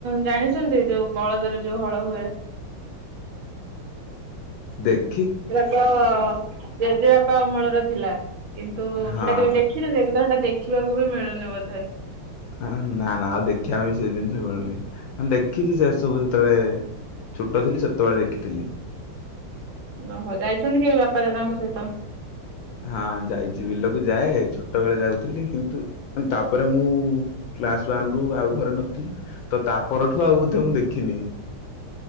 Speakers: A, on the right; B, on the left.
A: ଜାଣିଛନ୍ତି ଯୋଉ ବଳଦର ଯୋଉ ହଳ ହୁଏ?
B: ଦେଖ
A: ଟ ତ ଯ <unintelligible> ବାପା ଅମଳର ଥିଲା କିନ୍ତୁ
B: ହଁ
A: ସେଟା କେବେ ଦେଖିଛନ୍ତି ଏବେ ତ ସେଟା ଦେଖିବାକୁ ବି ମିଳୁନି ବୋଧେ।
B: ହ ନା ନା ଆଉ ଦେଖିବା ପାଇଁ ବି ସେ ଜିନିଷ ମିଳୁନି ଦେଖିଛି ସେ ସବୁ ଯେତେବେଳେ ଛୋଟ ଥିଲି ସେତେବେଳେ ଦେଖିଥିଲି।
A: ଓହୋ ଯାଇଛନ୍ତି କେବେ ବାପା ଦାଦାଙ୍କ ସହିତ?
B: ହଁ ଯାଇଛି ବିଲକୁ ଯାଏ ଛୋଟ ବଳେ ଯାଉଥିଲି କିନ୍ତୁ ତାପରେ ମୁଁ କ୍ଲାସ ୱାନ ରୁ ଆଉ ଘରେ ନଥିଲି ତ ତା ପରଠୁ ଆଉ ବୋଧେ ମୁଁ ଦେଖିନି।